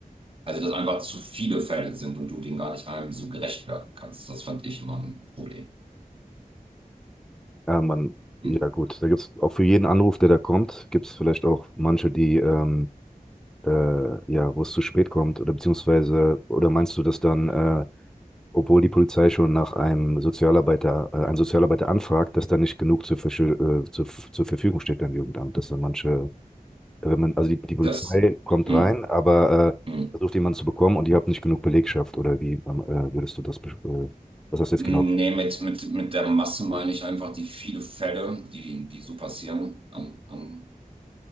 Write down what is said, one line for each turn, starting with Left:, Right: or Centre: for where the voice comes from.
Right: Also, dass einfach zu viele Fälle sind und du denen gar nicht einem so gerecht werden kannst, das fand ich immer ein Problem.
Centre: ja, man,
Right: Hm.
Centre: ja gut, da gibt es auch für jeden Anruf, der da kommt, gibt es vielleicht auch manche, die, ähm, äh, ja, wo es zu spät kommt oder beziehungsweise, oder meinst du, dass dann, äh, obwohl die Polizei schon nach einem Sozialarbeiter, äh, einen Sozialarbeiter anfragt, dass da nicht genug zur, Verschö- äh, zur, zur Verfügung steht beim Jugendamt, dass dann manche, wenn man, also die, die Polizei
Right: Das,
Centre: kommt
Right: hm,
Centre: rein, aber äh,
Right: hm.
Centre: versucht jemanden zu bekommen und ihr habt nicht genug Belegschaft oder wie ähm, äh, würdest du das, besch- äh, was hast du
Right: Nee,
Centre: jetzt genau? gesagt?
Right: mit, mit, mit der Masse meine ich einfach die viele Fälle, die, die so passieren an, an,